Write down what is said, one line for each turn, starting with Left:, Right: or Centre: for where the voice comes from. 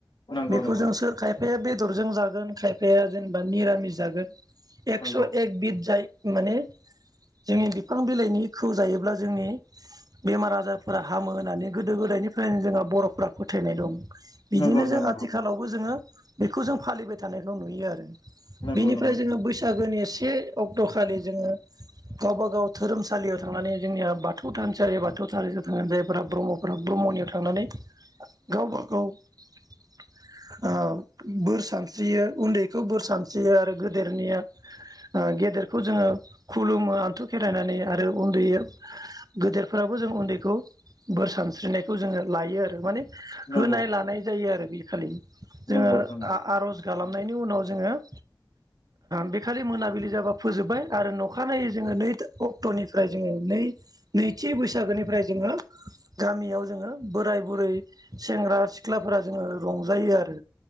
Left: नंगौ
Right: बेखौ
Left: नंगौ
Right: जों
Left: नोंथां
Right: सोर खायफाया बेदरजों जागोन खायफाया जेनेबा मिरामिस जागोन एकस'
Left: नंगौ
Right: ए बिद जाय माने जोंनि बिफां बिलाइनिखौ जायोब्ला जोंनि बेमार आजारफोरा हामो होननानै गोदो गोदायनिफ्रायनो जोंहा बर'फोरा फोथायनाय दं। बिदिनो
Left: नंगौ नोंथां
Right: जो आथिखालावबो जोङो। बेखौ जो फालिबाय थानायखौ नुयो आरो।
Left: नंगौ
Right: बेनिफ्राय
Left: नंगौ
Right: जोङो बैसागोनि सि ए ओग दखालि जोङो गावबा गाव धोरोमसालियाव थांनानै जोंनिया बाथौ थानसालि बाथौ सारि जा थाङो जायफोरा ब्रह्मफोरा ब्रह्मनियाव थांनानै आ गावबा गाव ओ बोर सानस्रियो उन्दैखौ बोर सानस्रियो आरो गेदेरनिया ओ गेदेर खौ जोङो खुलुमो आन्थु खेरायनानै आरो उन्दै गेदेरफोरावबो जों उन्दैखौ बोर सानस्रिनायखौ जोङो लायो आरो माने
Left: नंगौ
Right: होनाय लानाय जायो आरो। बि खालि। जोङो
Left: नोंथां
Right: आ-आर'ज गा खालामनायनि उनाव जोङो ओ बेखालि मोनाबिलि जाबा फोजोबबाय आरो अखानायै जोङो नै अक्ट'निफ्राय जोङो नै नैथि बैसागोनिफ्राय जोङो गामियाव जोङो बोराय बुरै सेंग्रा सिख्लाफोरा जोङो रंजायो आरो